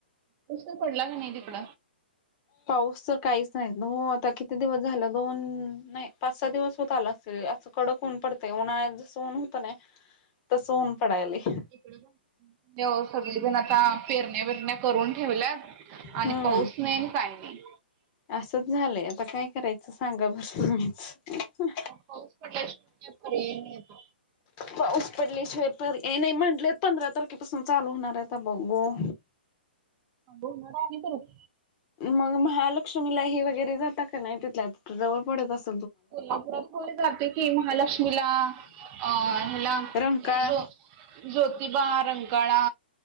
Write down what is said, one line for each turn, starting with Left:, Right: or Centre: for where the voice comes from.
Right: तुसर पडला का नाही तिकड
Left: पाऊस तर काहीच नाहीत हो आता किती दिवस झाला दोन नाही पाच सहा दिवस होत आला असेल असं. कडक ऊन पडते उन्हाळ्यात जसं ऊन होतं ना तसं ऊन पडायला.
Right: इडे ये सगळेजण आता पेरण्या पिरण्या करून ठेवल्यात. आणि
Left: हम्म
Right: पाऊस नाहीन काही नाही.
Left: असंच झालंय आता काय करायचं सांगा बर तु म्च
Right: पाऊस पडल्याशिवाय पर्याय नाही आता
Left: पाऊस पडल्या शिवायपर हे नाही म्हंटलेत पंधरा तारखेपासून चालू होणार आहेता बघू.
Right: <unintelligible> आणि परत
Left: मग महालक्ष्मीलाही वगैरे जाता का नाही तिथल्या त जवळ पडत असत.
Right: कोल्हापुरात होले जात की महालक्ष्मीला अ हला
Left: रंकाळा
Right: जो ज्योतिबा रंकाळा